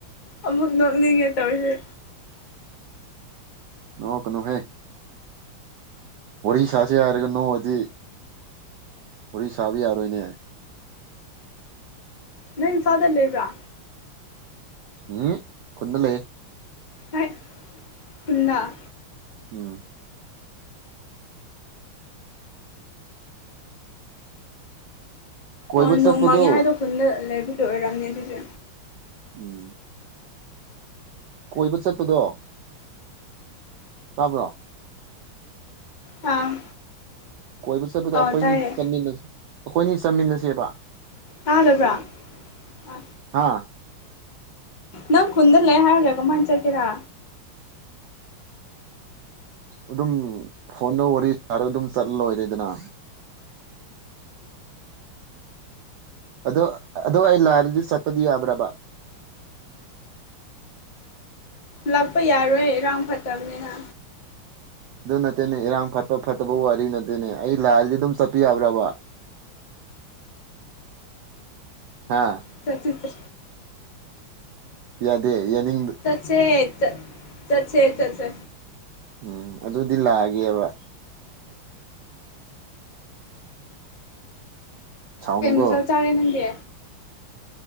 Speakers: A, on the left (about 50°); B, on the right (about 70°).
A: ꯑꯃꯨꯛ ꯅꯣꯛꯅꯤꯡꯉꯦ ꯇꯧꯔꯤꯁꯦ
B: ꯅꯣꯛꯀꯅꯣꯍꯦ ꯋꯥꯔꯤ ꯁꯥꯁꯦ ꯍꯥꯏꯔꯒ ꯅꯣꯛꯑꯗꯤ ꯋꯥꯔꯤ ꯁꯥꯕ ꯌꯥꯔꯣꯏꯅꯦ꯫
A: ꯅꯪ ꯏꯝꯐꯥꯜꯗ ꯂꯩꯕ꯭ꯔꯥ꯫
B: ꯎꯝ ꯈꯨꯟꯗ ꯂꯩꯌꯦ꯫
A: ꯍꯥꯏ ꯈꯨꯟꯗ꯫
B: ꯎꯝ꯫ ꯀꯣꯏꯕꯨ
A: ꯑꯣ
B: ꯆꯠꯕꯗꯣ
A: ꯅꯣꯡ ꯃꯥꯡꯉꯦ ꯍꯥꯏꯗꯣ ꯈꯨꯟꯗ ꯂꯩꯕꯒꯤ ꯑꯣꯏꯔꯝꯅꯤ ꯑꯗꯨꯗꯤ꯫
B: ꯎꯝ꯫ ꯀꯣꯏꯕ ꯆꯠꯄꯗꯣ꯫ ꯇꯥꯕ꯭ꯔꯣ꯫
A: ꯑꯥ꯫
B: ꯀꯣꯏꯕ ꯆꯠꯄꯗ
A: ꯑꯧ
B: ꯑꯩꯈꯣꯏꯅꯤ
A: ꯇꯥꯏꯌꯦ
B: ꯑꯩꯈꯣꯏꯅꯤ ꯆꯠꯃꯤꯟꯅꯁꯦꯕ꯫
A: ꯇꯥꯗꯕ꯭ꯔꯥ ꯑ꯫
B: ꯍꯥ
A: ꯅꯪ ꯈꯨꯟꯗ ꯂꯩ ꯍꯥꯏꯔꯒ ꯀꯃꯥꯏꯅ ꯆꯠꯀꯦꯔꯥ꯫
B: ꯑꯗꯨꯝ ꯐꯣꯟꯗ ꯋꯥꯔꯤ ꯁꯥꯔꯒ ꯑꯗꯨꯝ ꯆꯠꯂ ꯂꯣꯏꯔꯦꯗꯅ꯫ ꯑꯗꯣ ꯑꯗꯣ ꯑꯩ ꯂꯥꯛꯔꯗꯤ ꯆꯠꯄꯗꯤ ꯌꯥꯕ꯭ꯔꯕ꯫
A: ꯂꯥꯛꯄ ꯌꯥꯔꯣꯏ ꯏꯔꯥꯡ ꯐꯠꯇꯕꯅꯤꯅ꯫
B: ꯑꯗꯨ ꯅꯠꯇꯦꯅꯦ ꯏꯔꯥꯡ ꯐꯠꯄ ꯐꯠꯇꯕ ꯋꯥꯔꯤ ꯅꯠꯇꯦꯅꯦ ꯑꯩ ꯂꯥꯛꯑꯗꯤ ꯑꯗꯨꯝ ꯆꯠꯄ ꯌꯥꯕ꯭ꯔꯕ꯫ ꯍꯥꯥ꯫
A: ꯆꯠꯁꯤ ꯆ
B: ꯌꯥꯗꯦ ꯌꯥꯅꯤꯡ
A: ꯆꯠꯁꯦ ꯆꯠ-ꯆꯠꯁꯦ ꯆꯠꯁꯦ꯫
B: ꯎꯝ ꯑꯗꯨꯗꯤ ꯂꯥꯛꯑꯒꯦꯕ꯫ ꯁꯥꯎꯅꯨꯀꯣ
A: ꯀꯩ ꯃꯊꯦꯜ ꯆꯥꯔꯦ ꯅꯪꯗꯤ꯫